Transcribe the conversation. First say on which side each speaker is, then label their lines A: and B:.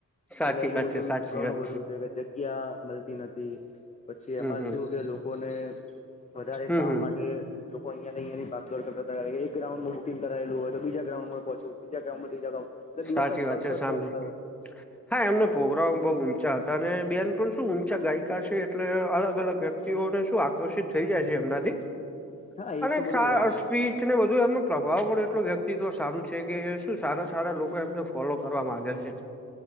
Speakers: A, in the centre; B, on the left.
A: સાચી
B: એટલે એવું
A: વાત
B: બધું
A: છે સાચી
B: ઘણું
A: વાત
B: બધું છે કે જગ્યા મળતી નથી. પછી
A: હમ
B: એમાં
A: હમ
B: ચેવુ કે લોકોને, વધારે
A: હમ
B: કામ
A: હમ
B: માટે લો અયા ત્યાં થી ભાગદોડ કરતા હતા, એક ગ્રાઉડમાં બુકિંગ કરાયેલુ હોય, તો બીજા ગ્રાઉન્ડમાં પહોંચવું, બીજા ગ્રઉન્ડમાંથી ત્રીજા એટલે દિવસના
A: સાચી
B: છ-છ
A: વાત છે સામે
B: શૉ થતા તા.
A: હા, એમના પ્રોગ્રામ બહુ ઊંચા હતા અને બેન પણ શું ઊંચા ગાયિકા છે, એટલે અલગ-અલગ વ્યક્તિ તિઓને શું આકર્ષિત થઈ જાય છે, એમનાથી
B: <inaudible>
A: અને
B: તો બધું
A: સાર
B: રેવાનું
A: અને સ્પીચ
B: છે
A: ને બધું એમનું પ્રભાવ પડે એટલો વ્યક્તિત્વ સારું છે કે શું સારા-સારા લોકો એમને ફોલો કરવા માંગે છે.